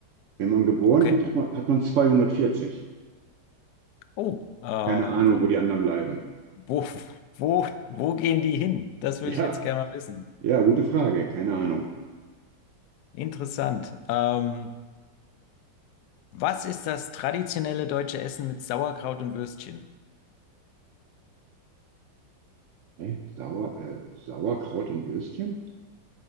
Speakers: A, on the right (about 80°); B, on the left (about 70°).
A: Wenn man geboren
B: Okay.
A: wird, hat man, hat man 240.
B: Oh, äh,
A: Keine Ahnung,
B: wo,
A: wo die anderen bleiben.
B: wo, wo, wo gehen die hin? Das
A: Ja,
B: würde ich jetzt gerne mal wissen.
A: ja, gute Frage. Keine Ahnung.
B: Interessant. Ähm, was ist das traditionelle deutsche Essen mit Sauerkraut und Würstchen?
A: Hä? Sauer, äh, Sauerkraut und Würstchen?